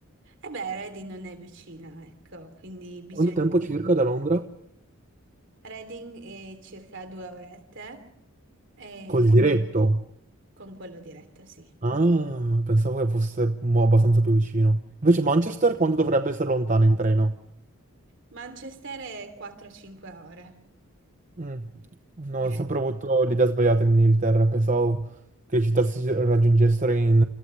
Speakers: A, on the right (about 60°); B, on the right (about 35°).
A: E beh, Reading non è vicina, ecco, quindi bisogna...
B: Quanto tempo circa da Londra?
A: Reading è circa due orette e
B: Col diretto.
A: con quello diretto, sì.
B: Ah, pensavo che fosse mo, abbastanza più vicino. Invece Manchester quanto dovrebbe essere lontana in treno?
A: Manchester è 4-5 ore
B: Mm. No,
A: diretto.
B: ho sempre avuto l'idea sbagliata in Inghilterra, pensavo che le città si raggiungessero in